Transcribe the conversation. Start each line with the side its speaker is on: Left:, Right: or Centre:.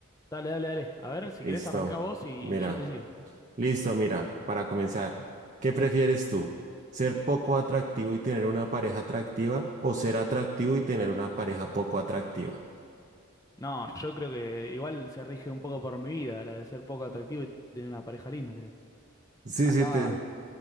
Left: Dale, dale, dale. A ver, si
Right: Listo,
Left: querés arrancá vos y,
Right: mira,
Left: y yo te sigo.
Right: listo, mira, para comenzar, ¿qué prefieres tú? ¿Ser poco atractivo y tener una pareja atractiva o ser atractivo y tener una pareja poco atractiva?
Left: No, yo creo que igual se rige un poco por mi vida, la de ser poco atractivo y tener una pareja linda, creo.
Right: Sí,
Left: Acá,
Right: sí, te...